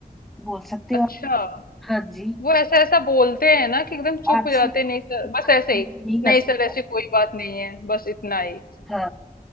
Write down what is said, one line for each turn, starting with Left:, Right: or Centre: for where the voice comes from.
Centre: बोल सकते
Left: अच्छा
Centre: हो आप। हाँ जी
Left: वो ऐसा ऐसा बोलते हैं ना कि एकदम चुप
Centre: आपसे
Left: हो जाते
Centre: कोई
Left: हैं, नहीं सर बस ऐसे
Centre: नहीं
Left: ही
Centre: कर
Left: नहीं
Centre: सकता
Left: सर ऐसी कोई बात नहीं है बस इतना ही
Centre: हाँ